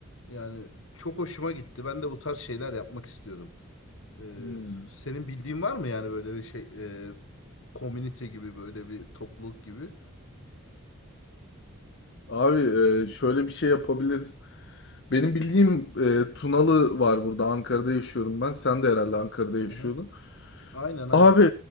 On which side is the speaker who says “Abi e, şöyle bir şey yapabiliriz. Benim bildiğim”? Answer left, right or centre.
Left